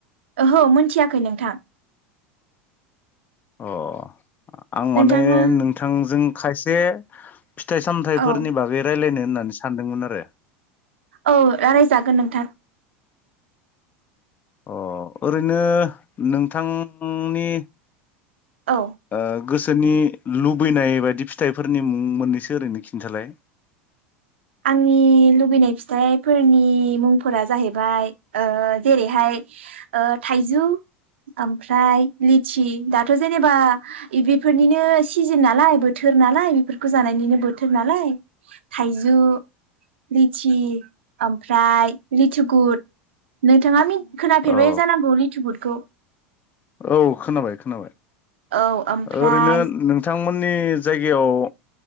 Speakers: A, on the right; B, on the left.
A: ओहो मोनथियाखै नोंथां
B: अ आं माने
A: नोंथाङा
B: नोंथांजों खायसे फिथाइ सामथायाइफोरनि
A: औ
B: बागै रायलायनो होननानै सानदोंमोन आरो
A: औ लारायजागोन नोंथां
B: अ ओरैनो नोंथांनि
A: औ
B: ओ गोसोनि लुबैनाय बायदि फिथाइफोरनि मुं मोननैसो ओरैनो खिन्थालाय
A: आंनि लुबैनाय फिथाइफोरनि मुंफोरा जाहैबाय ओ जेरैहाय ओ थाइजौ ओमफ्राय लिथि दाथ' जेनेबा बेफोरनिनो सिजोन नालाय बोथोर नालाय बेफोरखौ जानायनिनो बोथोर नालाय थाइ जु लिथि ओमफ्राय लिथिु गुुर नोंथाङा खोनाफेरबाय
B: औ
A: जानांगौ लिथुगुदखौ
B: औ खोनाबाय खोनाबाय
A: औ ओमफ्राय
B: ओरैनो नोंथांमोन नि जायगायाव